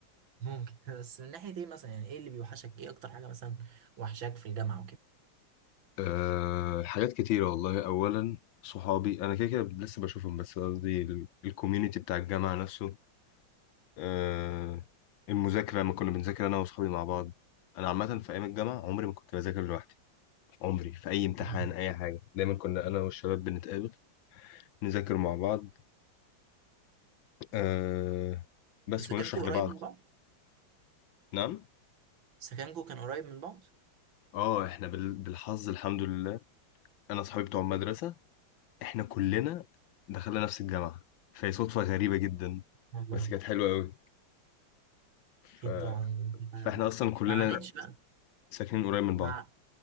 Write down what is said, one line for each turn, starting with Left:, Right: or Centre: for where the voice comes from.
Right: ممكن <laughs> بس من ناحيه ايه مثلا يعني ايه اللي بيوحشك ايه اكتر حاجه مثلا وحشاك في الجامعه وكده
Left: أه حاجات كتيرة والله أولا صحابي أنا كده كده لسه بشوفهم بس قصدي ال- الكوميونيتي بتاع الجامعة نفسه أه المذاكرة لما كنا بنذاكر أنا وصحابي مع بعض أنا عامة في أيام الجامعة عمري ما كنت بذاكر لوحدي عمري في أي امتحان
Right: مم.
Left: أي حاجة دايما كنا أنا والشباب بنتقابل نذاكر مع بعض أه بس
Right: سكنكو
Left: ونشرح لبعض
Right: قريب من بعض
Left: نعم
Right: سكنكو كان قريب من بعض
Left: اه احنا بال- بالحظ الحمد لله انا صحابي بتوع المدرسه احنا كلنا دخلنا نفس الجامعة فهي صدفة غريبة جدا
Right: والله
Left: بس كانت حلوة قوي ف...
Right: اكيد طبعا ما
Left: فاحنا اصلا كلنا
Right: ما عانيتش بقى
Left: ساكنين قريب من بعض
Right: ما